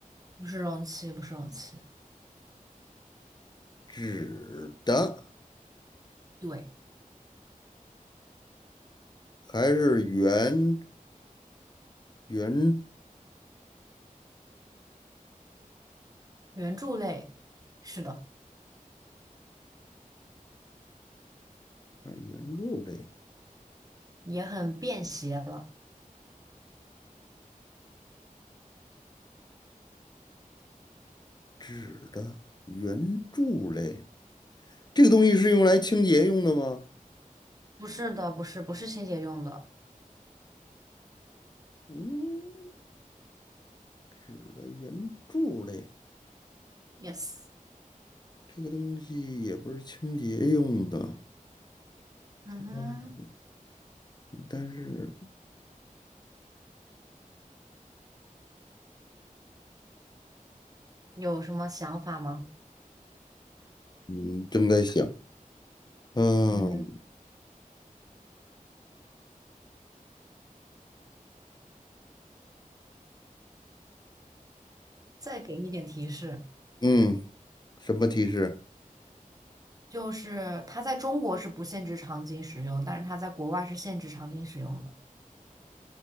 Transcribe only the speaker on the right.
不是容器，不是容器，
对，
圆柱类，是的，
也很便携了，
不是的，不是，不是清洁用的。
Yes，
嗯哼，
有什么想法吗？
嗯，再给你点提示，
就是它在中国是不限制场景使用，但是它在国外是限制场景使用的。